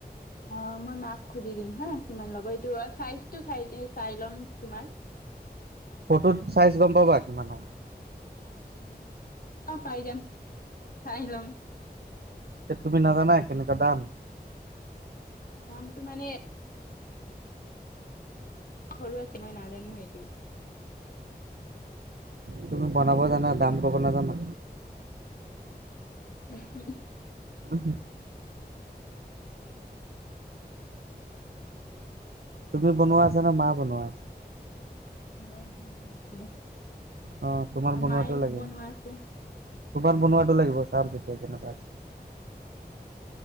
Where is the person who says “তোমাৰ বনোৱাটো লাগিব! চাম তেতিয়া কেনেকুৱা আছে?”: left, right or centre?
Right